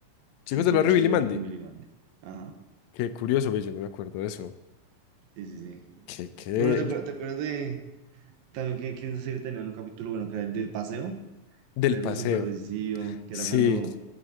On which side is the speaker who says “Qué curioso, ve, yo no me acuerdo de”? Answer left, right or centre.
Left